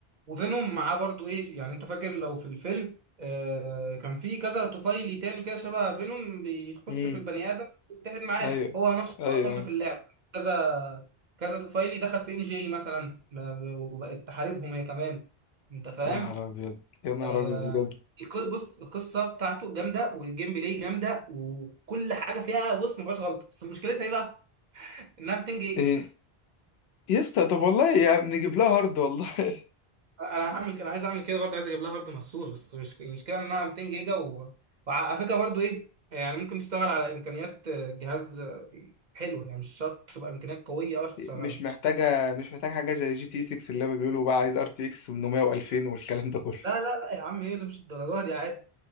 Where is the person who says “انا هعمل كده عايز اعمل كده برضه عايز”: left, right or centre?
Right